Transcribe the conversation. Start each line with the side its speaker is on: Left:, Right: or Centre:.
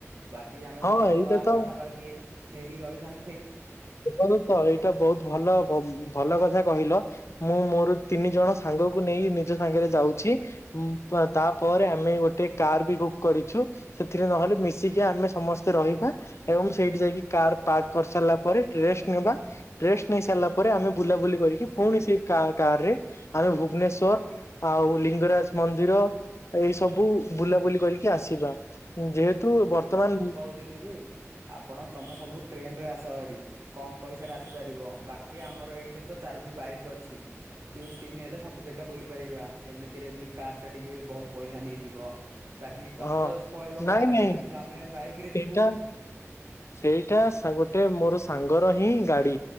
Right: ବାକି ଆମେ
Left: ହଁ
Right: ଦଶ
Left: ଏଇଟା
Right: ବାର
Left: ତ
Right: ପାଖାପାଖି
Left: ମୁଁ
Right: ହେଇକି ରହିଥାନ୍ତୁ।
Left: <unintelligible> ତ ଏଇଟା ବହୁତ ଭଲ ଭଲ କଥା କହିଲ। ମୁଁ ମୋର ତିନି ଜଣ ସାଙ୍ଗକୁ ନେଇ ନିଜ ସାଙ୍ଗରେ ଯାଉଚି ତା ପରେ ଆମେ ଗୋଟେ କାର ବି ବୁକ୍ କରିଛୁ ସେଥିରେ ନହେଲେ ମିଶିକି ଆମେ ସମସ୍ତେ ରହିବା। ଏବଂ ସେଇଠି ଯାଇକି କାର ପାର୍କ କରି ସାରିଲା ପରେ ଟ୍ରେଷ୍ଟ ନେବା। ଟ୍ରେଷ୍ଟ ନେଇ ସାରିଲା ପରେ ଆମେ ବୁଲାବୁଲି କରିକି ପୁଣି ସେ କା କାର୍ ରେ ଆମେ ଭୁବନେଶ୍ ଶ୍ୱର ଆଉ ଲିଙ୍ଗରାଜ ମନ୍ଦିର ଏଇ ସବୁ ବୁଲାବୁଲି କରିକି ଆସିବା ଯେହେତୁ ବର୍ତ୍ତମାନ
Right: ଥିଲୀ କି ଆପଣ ତମେ ସବୁ ଟ୍ରେଣ୍ଡ ରେ ଆସହାରି। କମ୍ ପଇସାରେ ଆସିପାରିବ ବାକି ଆମର ଏଇଟି ତ ଚାରୋଟି ବାଇକ୍ ଅଛି। ତିନ୍ ତିନି ହେଲେ ସବୁ ଦେକ ବୁଲିପାରିବା ଏମିତିରେ ବି କାର୍ ଟା ଟିକେ ବହୁତ ପଇସା ନେଇଯିବ। ବାକି ତମେ
Left: ହଁ
Right: ତ ପଳେଇବ
Left: ନାଇଁ
Right: କାରରେ
Left: ନାଇଁ
Right: କିନ୍ତୁ ଆମେ ବାଇକରେ
Left: ସେଇଟା
Right: ଯିବୁ।
Left: ସେଇଟା ସା ଗୋଟେ ମୋର ସାଙ୍ଗର ହିଁ ଗାଡି